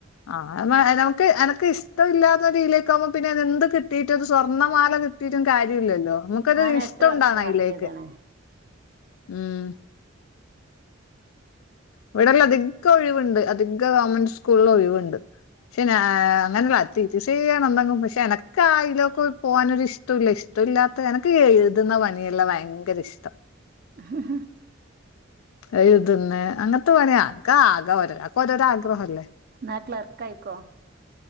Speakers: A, on the left (about 85°); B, on the right (about 45°).
A: ആഹ് നമുക്ക് എനക്ക് ഇഷ്ടമില്ലാത്ത രീതിയിലേക്ക് ആകുമ്പോ പിന്നെ അത് എന്ത് കിട്ടീട്ട് അത് സ്വർണ്ണമാല കി ട്ടീട്ടും കാര്യല്ലല്ലോ നമുക്കൊരു
B: ഞാൻ
A: ഇഷ്ടംണ്ടാവണ
B: എട്ട് വർഷം വർക്ക്
A: അതിലേക്ക്
B: ചെയ്താണ്
A: ഉം. ഇവിടെല്ല അധികം ഒഴിവുണ്ട് അധിക ഗവൺമെന്റ് സ്കൂളിൽ ഒഴിവുണ്ട് പക്ഷെ ഞാ അങ്ങനുള്ള. തിരി ചെയ്യണം എന്തെങ്കും പക്ഷെ എനക്കായിലൊക്കെ പോകാനൊരിഷ് ട്ടോല ഇഷ്ട്ടോല്ലാത്ത എനക് ക്ക്‌ എഴുതുന്ന പണിയെല്ലാം ഭയങ്കരിഷ്ട്ടാ
B: ഹ ഹ
A: എഴുതുന്നേ അങ്ങത്തെ പണിയാ അക്കാ ആകെ ഒരാക്ക്‌ ഓരോരാ ആഗ്രഹല്ലേ
B: ന്നാ ക്ലർക്കായിക്കോ